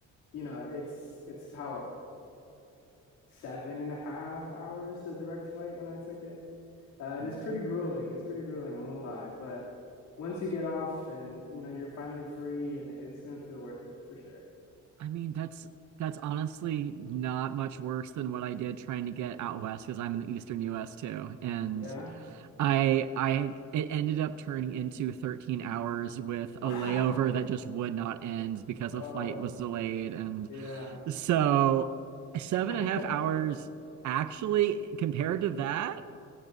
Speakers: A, on the left; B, on the right.
A: you know it's it's about seven and a half hours the direct flight when I took it, uh, and
B: Okay.
A: it's pretty grueling. It's pretty grueling, I won't lie, but once you get off and you know you're finally free, and it's gonna feel worth it for sure.
B: I mean, that's that's honestly not much worse than what I did trying to get out west because I'm in the eastern US too. And
A: Yeah. <laughs>
B: I I it ended up turning into 13 hours with
A: Wow.
B: a layover that just would not end because
A: Oh,
B: a flight was delayed and
A: yeah.
B: So seven
A: <laughs>
B: and a half hours actually compared to that,